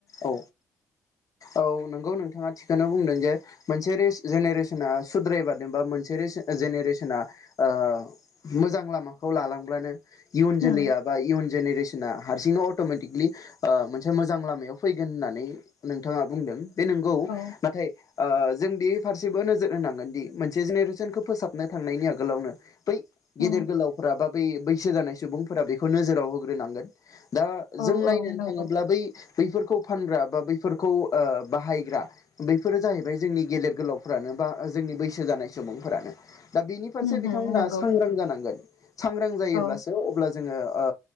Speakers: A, on the left; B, on the left.
A: औ औ नोंगौ नोंथाङा थिखोनो बुंदों। जे मोनसे रेस जेनेरेसना सुद्रायबादों बा मोनसे रेस जेनेरेसना ओ मोजां लामाखौ लालांब्लानो इयुन
B: होम
A: जोलैया बा इयुन जेनेरेसना हारसिंनो अटमेटिकलि ओ मोनसे मोजां लामायाव फैगोन होननानै नोंथाङा बुंदों। बे नोंगौ
B: औ
A: नाथाय ओ जोंदि फारसेबो नोजोर होनांगोन दि मोनसे जेनेरेसनखौ फोसाबनो थांनायनि आगोलावनो बै गेदेर
B: होम
A: गोलावफोरा बा बै बैसो जानाय सुबुंफोरा बेखौ नोजोराव होग्रोनांगोन दा
B: औ
A: जों नायनोनो
B: औ नंगौ
A: थाङोब्ला बै खौ फानग्रा बा बैफोरखौ ओ बाहायग्रा बैफोरो जाहैबाय जोंनि गेदेर गोलावफ्रानो बा जोंनि बैसो जानाय सुबुंफोरानो दा बेनि फारसे
B: होम
A: बिथांमोना
B: होम नंगौ
A: सांग्रां जानांगोन सांग्रां जायोब्लासो
B: औ
A: अब्ला जोङो ओ